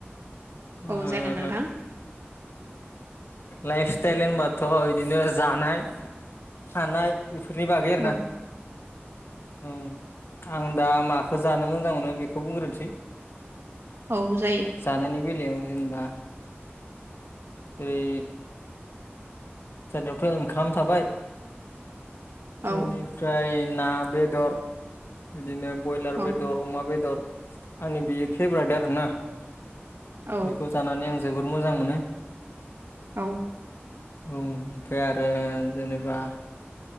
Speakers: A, on the left; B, on the right.
A: ओ
B: औ जागोन नोंथां।
A: लाइफ स्टाइल होनबाथ' बिदिनो जानाय थानाय बेफोरनि बागै आरो
B: औ
A: ना औ। आं दा माखो जानो मोजां मोनो बेखौ बुंग्रोनोसै
B: औ जायो।
A: जानायनि बेलायाव जेनेबा जेरै जानायावथ' ओंखाम थाबाय बेनिफ्राय
B: औ
A: ना बेदर बिदिनो बयलार
B: औ
A: बेदर अमा बेदर आंनि बियो फेब्राइद आरोना
B: औ
A: बेखौ जानानै आं जोबोर मोजां मोनो।
B: औ।
A: औ ओमफ्राय आरो जेनोबा